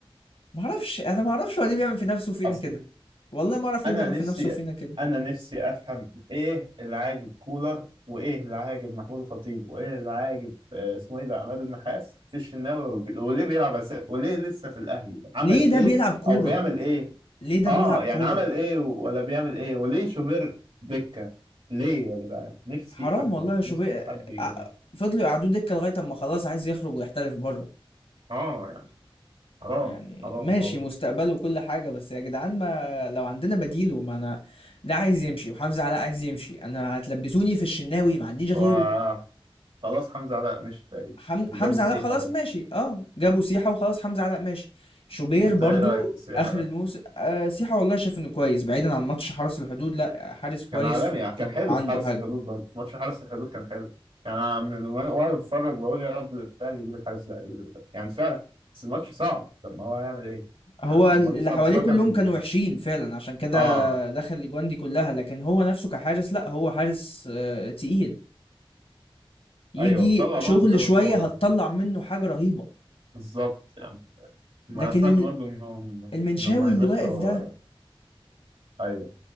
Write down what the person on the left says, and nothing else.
ما اعرفش انا ما اعرفش هو ليه بيعمل في نفسه فينا
كده والله ما اعرف
ليه بيعمل
في نفسه فينا كده
ليه ده
بيلعب كورة
ليه ده
بيلعب كورة
حرام
والله يا شوبير
ع- فضلوا يقعدوه دكة لغاية اما خلاص عايز يخرج ويحترف بره
يعني
ماشي
مستقبله وكل حاجة بس يا جدعان ما لو عندنا بديله ما انا ده عايز يمشي وحمزة علاء عايز يمشي انا هتلبسوني في الشناوي ما عنديش غيره
حم...
حمزة
علاء خلاص
ماشي اه جابوا سيحة وخلاص حمزة علاء ماشي شوبير
برضو
اخر
الموسم آه سيحة والله شايف انه كويس بعيدا عن ماتش حرس الحدود لا حارس كويس
و...
وعنده
حاجة
هو
اللي
حواليه
كلهم
كانوا وحشين فعلا عشان كده
دخل الاجوان دي كلها لكن هو نفسه كحارس لا هو حارس آه تقيل يجي
شغل
شوية
هتطلع منه حاجة رهيبة
لكن
ال-
المنشاوي
اللي واقف ده